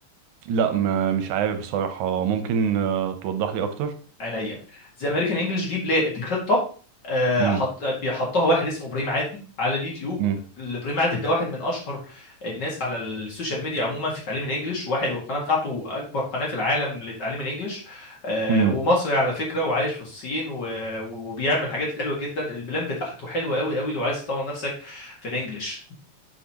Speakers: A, on the right; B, on the left.
A: لا ما مش عارف بصراحة ممكن آه، توضح لي اكتر
B: عينيا ذا امريكان انجلش دي بلا... دي خطه آه،
A: امم
B: حط بيحطها واحد اسمه ابراهيم عادل على اليوتيوب
A: امم
B: ابراهيم عادل ده واحد من اشهر الناس على السوشيال ميديا عموما في تعليم الانجليش واحد والقناه بتاعته اكبر قناه في العالم لتعليم الانجليش آه،
A: امم
B: ومصري على فكره وعايش في الصين و... وبيعمل حاجات حلوه جدا البلان بتاعته حلوه قوي قوي لو عايز تطور نفسك في الانجليش